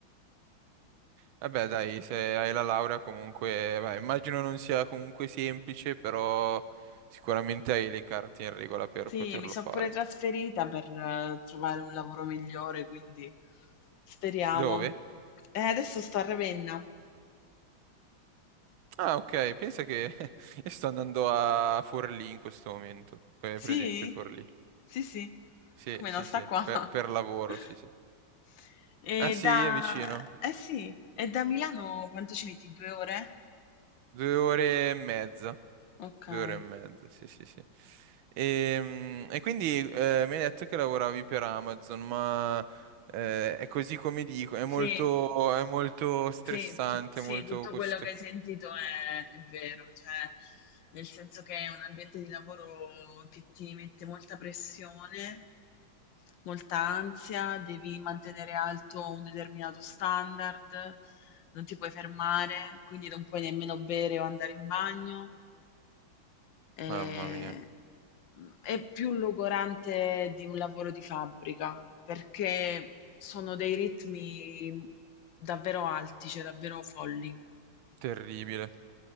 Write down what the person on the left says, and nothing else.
Sì,
mi sono
pure trasferita per eh, trovare un lavoro migliore, quindi speriamo.
Eh, adesso sto a Ravenna.
Sì?
Sì, sì,
come
non sta
qua.
<laughs>
E
da...
Eh sì, e da Milano quanto ci metti? Due ore?
Okay.
Sì.
Sì, tu sì,
tutto
quello che hai sentito è è vero, cioè nel senso che è un ambiente di lavoro che ti mette molta pressione, molta ansia, devi mantenere alto un determinato standard, non ti puoi fermare, quindi non puoi nemmeno bere o andare in bagno. Ehm,
mhmm, è più logorante di un lavoro di fabbrica, perché sono dei ritmi davvero alti, cioè davvero folli.